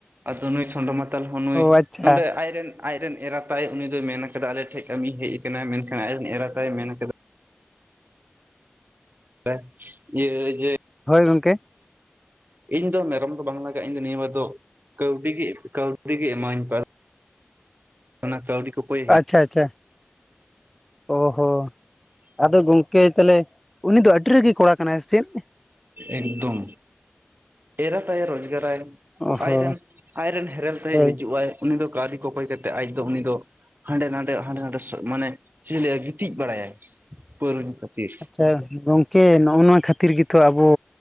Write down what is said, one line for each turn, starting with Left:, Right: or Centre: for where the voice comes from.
Right: ᱟᱫᱚ ᱱᱩᱭ ᱥᱚᱸᱰᱚ ᱢᱟ ᱛᱟᱞ ᱦᱚᱸ ᱱᱩᱭ
Centre: ᱚ ᱟᱪᱪᱷᱟ
Right: ᱱᱚᱸᱰᱮ ᱟᱭᱨᱮᱱ᱾ ᱟᱡᱨᱮᱱ ᱮᱨᱟ ᱛᱟᱭ ᱩᱱᱤ ᱫᱚᱭ ᱢᱮᱱ ᱠᱟᱫᱟ ᱟᱞᱮ ᱴᱷᱮᱡ ᱠᱟᱹᱢᱤ ᱦᱮᱡ ᱠᱟᱱᱟᱭ ᱢᱮᱱᱠᱷᱟᱱ ᱟᱡᱨᱮᱱ ᱮᱨᱟᱛᱟᱭ ᱢᱮᱱ ᱠᱟᱫᱟ᱾ ᱵᱮᱥ ᱤᱭᱟᱹ ᱡᱟᱹᱭ᱾
Centre: ᱦᱳᱭ ᱜᱚᱝᱠᱮ᱾
Right: ᱤᱧ ᱫᱚ ᱢᱮᱨᱚᱢ ᱫᱚ ᱵᱟᱝ ᱞᱟᱜᱟᱜ-ᱟ ᱤᱧ ᱫᱚ ᱱᱤᱭᱟᱹ ᱵᱟᱨ ᱫᱚ᱾ ᱠᱟᱹᱣᱰᱤ ᱜᱤ ᱠᱟᱹᱣᱰᱤ ᱜᱮ ᱮᱢᱟᱣᱟᱹᱧ ᱯᱮ᱾ ᱚᱱᱟ ᱠᱟᱹᱣᱰᱤ ᱠᱷᱚᱠᱚᱭ᱾
Centre: ᱟᱪᱪᱷᱟ ᱟᱪᱪᱷᱟ ᱚ ᱦᱚ᱾ ᱟᱫᱚ ᱜᱚᱢᱠᱮ ᱛᱟᱦᱞᱮ ᱩᱱᱤ ᱫᱚ ᱟᱹᱰᱤ ᱨᱟᱜᱤ ᱠᱚᱲᱟ ᱠᱟᱱᱟᱭ ᱥᱮ ᱪᱮᱫ
Right: ᱮᱠᱫᱚᱢ ᱮᱨᱟ ᱛᱟᱭ ᱨᱳᱡᱽᱜᱟᱨ ᱟᱭ᱾
Centre: ᱚ ᱦᱚᱸ
Right: ᱟᱡᱨᱮᱱ ᱟᱡᱨᱮᱱ ᱦᱮᱨᱮᱞ ᱛᱟᱭ
Centre: ᱦᱳᱭ
Right: ᱦᱤᱡᱩᱜ-ᱟᱭ ᱩᱱᱤ ᱫᱚ ᱠᱟᱣᱰᱤ ᱠᱚᱠᱚᱭ ᱠᱟᱛᱮ ᱟᱡ ᱫᱚ ᱩᱱᱤ ᱫᱚ᱾ ᱦᱟᱸᱰᱮ ᱱᱟᱸᱰᱮ ᱦᱟᱸᱰᱮ ᱱᱟᱸᱰᱮ ᱢᱟᱱᱮ ᱪᱮᱜ-ᱤ ᱞᱟᱹᱭᱟ ᱜᱤᱛᱤᱡ ᱵᱟᱲᱟᱭᱟᱭ ᱯᱟᱹᱣᱨᱟᱹ ᱧᱩ ᱠᱷᱟᱹᱛᱤᱨ᱾
Centre: ᱟᱪᱷᱟ ᱜᱚᱝᱠᱮ ᱱᱚᱜ ᱱᱚᱣᱟ ᱠᱷᱟᱛᱤᱨ ᱜᱮᱛᱚ ᱟᱵᱚ᱾